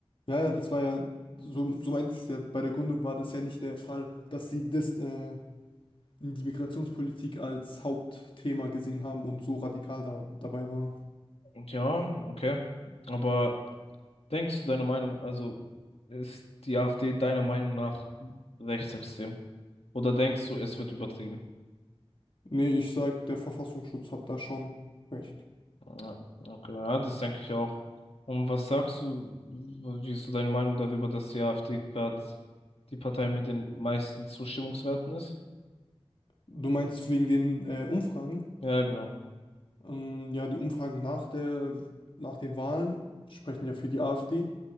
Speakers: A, on the left; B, on the left.
A: Ja, ja, das war ja, so, so meinte ich es ja, bei der Gründung war das ja nicht der Fall, dass sie das äh, die Migrationspolitik als Hauptthema gesehen haben und so radikal da, dabei waren.
B: Ja, okay. Aber denkst du deine Meinung, also ist die AfD deiner Meinung nach rechtsextrem? Oder denkst du, es wird übertrieben?
A: Nee, ich sag, der Verfassungsschutz hat da schon recht.
B: Ja, okay, ja, das denke ich auch. Und was sagst du, wie ist so deine Meinung darüber, dass die AfD gerade die Partei mit den meisten Zustimmungswerten ist?
A: Du meinst wegen den äh, Umfragen?
B: Ja, genau.
A: Ähm, ja, die Umfragen nach der, nach den Wahlen sprechen ja für die AfD.